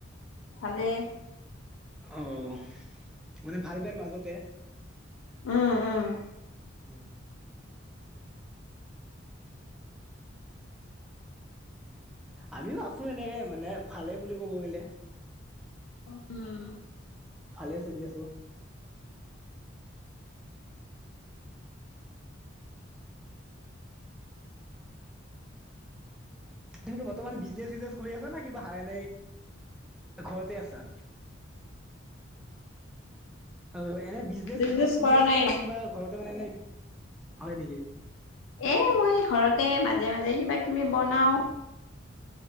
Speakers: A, on the left; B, in the centre.
A: ভালে।
B: অহ, মানে ভাল বেয়াৰ মাজতে।
A: উম উম।
B: উম। আমিও আছো এনেকে মানে ভালে বুলি ক'ব গে'লে।
A: উম।
B: ভালে চলি আছোঁ। তুমিতো বৰ্তমান বিজনেচ চিজনেচ কৰি আছা না কিবা হা এনেই ঘৰতে আছা? অ' এনে বিজনেচ
A: বিজনেছ
B: চিজনেচ কৰি
A: কৰা
B: আছো
A: নাই
B: না
A: ন
B: কিবা ঘৰত মানে এনে, হয় নেকি?
A: এ মই ঘৰতে মাজে মাজে কিবা কিবি বনাও।